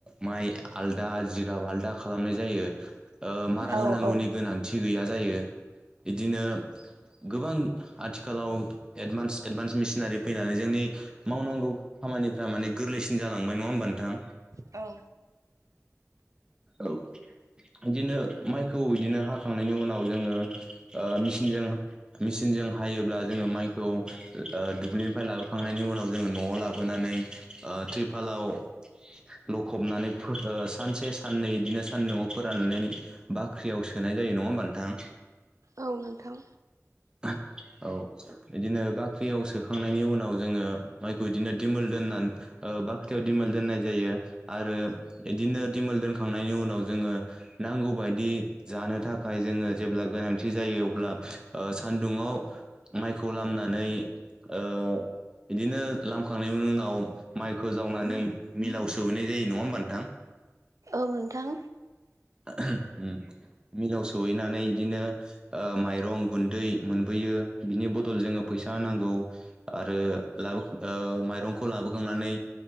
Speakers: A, on the right; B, on the right.
A: माइ आलदा जिगाब आल दा खालामनाय जायो। ओ मारा
B: औ
A: होनांगौनि
B: औ
A: गोनांथि गैया जायो इदिनो गोबां आथिखालाव एडभान्स एडभान्स मिसनारि फैनानै जोंनि मावनांगौ खामानिफ्रा माने गोरलैसिन जालांबाय नङा होमबा नोंथां?
B: औ
A: औ। इदिनो माइखौ इदिनो हाखांनायनि उनाव जोङो ओ मिचिनजों मिसिनजों हायोब्ला जोङो माइखौ ओ दुब्लिनिफ्राय लाबोखांनायनि उनाव जोङो न'आव लाबोना नै ओ टिर्भालाव लखबनानै फो ओ सानसे साननै इदिनो सानदुंआव फोराननानै बाख्रियाव सोनाय जायो नङा होमबा नोंथां?
B: औ नोंथां।
A: <unintelligible> औ इदिनो बाख्रियाव सोखांनायनि उनाव जोङो माइखौ इदिनो दिमोल दोनना ओ ओ बाख्रियाव दिमोल दोननाय जायो आरो इदिनो दिमोल दोनखांनायनि उनाव जोङो नांगौ बायदि जानो थाखाय जोङो जेब्ला गोनांथि जा यो अब्ला ओ सान्दुुङाव माइखौ लामनानै ओ इदिनो लामखांनायनि उनाव माइखौ जावनानै मिलाव सौहैनाय जायो नङा होमबा नोंथां?
B: आं नोंथां।
A: ओहो होम। मिलाव सौहैनानै इदिनो ओ माइरं गुन्दै मोनबोयो बिनि बदल जोङो फै सा होनांगौ आरो लाबो ओ माइरंखौ लाबोखांनानै